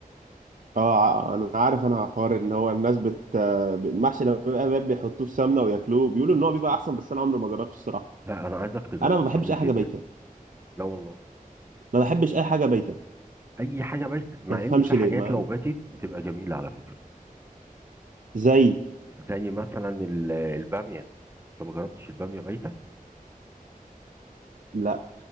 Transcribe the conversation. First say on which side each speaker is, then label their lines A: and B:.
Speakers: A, on the right (about 65°); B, on the right (about 15°).
A: اه ع- انا عارف انا حوار ان هو الناس بت آه، المحشي لما بيبقى باب بيحطوه في سمنه وياكلوه بيقولوا ان هو بيبقى احسن بس انا عمري ما جربته الصراحه
B: لا انا عايزك تجربه
A: انا ما بحبش
B: جميل
A: اي حاجه
B: جدا
A: بايته
B: لا والله
A: ما بحبش اي حاجه بايته
B: اي حاجه باتت مع
A: ما تفهمش
B: ان في حاجات
A: ليه ما يعني
B: لو باتت بتبقى جميله على فكره
A: زي
B: زي مثلا ال- الباميه انت ما جربتش الباميه بايته
A: لا